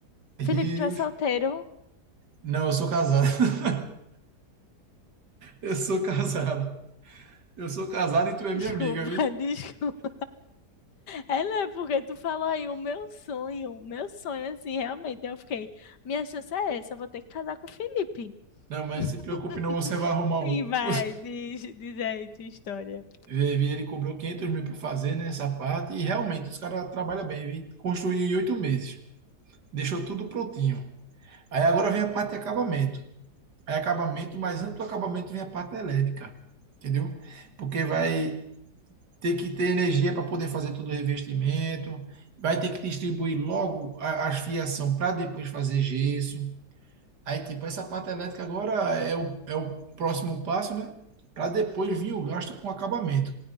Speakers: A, on the right (about 80°); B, on the left (about 85°).
A: Rios.
B: Felipe, tu é solteiro?
A: Não, eu sou casado. <laughs> Eu sou casado. Eu sou casado e tu é minha
B: Desculpa,
A: amiga, viu?
B: <laughs> desculpa. É, né? Porque tu falou aí o meu sonho. O meu sonho, assim, realmente. Eu fiquei, minha chance é essa, eu vou ter que casar com o Felipe.
A: Não, mas não se preocupe,
B: <laughs>
A: não, você vai arrumar um.
B: Sim, vai,
A: <laughs>
B: diz, diz aí tua história.
A: Vê, vê, Ele cobrou 500 mil para fazer, né, essa parte, e realmente os caras trabalham bem, viu? Construiu em oito meses. Deixou tudo prontinho. Aí agora vem a parte de acabamento. é acabamento, mas antes do acabamento vem a parte elétrica, entendeu? Porque vai ter que ter energia para poder fazer todo o revestimento, vai ter que distribuir logo a, a fiação para depois fazer gesso. Aí, tipo, essa parte elétrica agora é o, é o próximo passo, né? Para depois vir o gasto com acabamento,